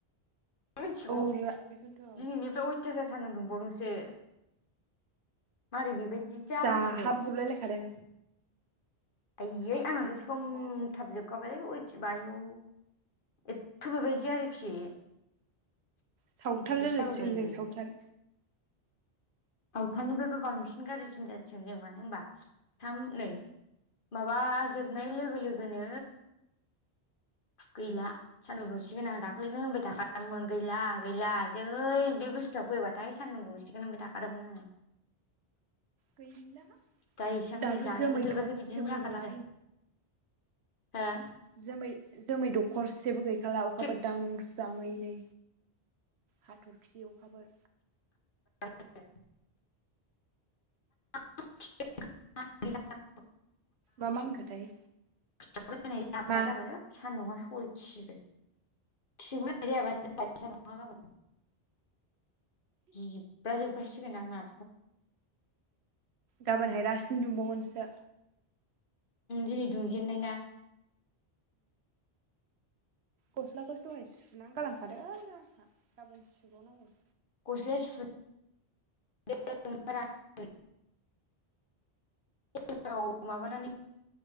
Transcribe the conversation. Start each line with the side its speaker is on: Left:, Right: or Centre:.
Left: मिथिगौ
Right: औरा बेखौनोथ'
Left: दिनैनिफ्राय अयथासार सान्दुं दुंबावदोंसो मारै बेबायदि जाखोथाय
Right: जाहाबजोबलाय लायखादों
Left: आयै
Right: खावलाया
Left: आंहाथ' सोम
Right: जागा जागा
Left: थाबजोबखाबायलै अर सयथिबो आयु ऐथ बे बायदि आरोखि
Right: सावथाल
Left: बिदिखि
Right: जाजोबसिगोन
Left: जाबायबायोलै
Right: जों सावथाल
Left: सावथालानिफ्रायबो बांसिन गाज्रिसिन जासिगोन जों मान नो होमबा थाम नै माबा जोबनाय लोगो लोगोनो गैला सान्दुं दुंसिगोन आं दाख्लैनो होनबाय थाखादोंमोन गैला-गैला जै बे बुस्थुआ फैबाथाय सान्दुं दुंसिगोन होनबाय थाखादोंमोन आङो।
Right: गैला
Left: <unintelligible>
Right: दाथ'
Left: दानि
Right: जोमै
Left: बोथोर
Right: थरसेबो
Left: बाथाय बिदिनो जाखाथारो
Right: गैबावला
Left: हो
Right: जोमै-जोमै दखरसेबो गै खाला अखाफोर
Left: थिग
Right: दां स्रां ओइनै हाथर खि अखाफोर
Left: <unintelligible> <unintelligible>
Right: मा मा होनखोथाय
Left: <unintelligible>
Right: मा
Left: खि <unintelligible>
Right: उम
Left: जिब्राजोब खासिगोन आंना
Right: गाबोनहाय रासिन दुंबावगोन सो
Left: दिनै दुंजेन्नाय ना
Right: गस्लाखौ दहाय सुनानै गालांखादों आंहा गाबोन सुबावनांगौ।
Left: गस्लाया सु <unintelligible> माबानानै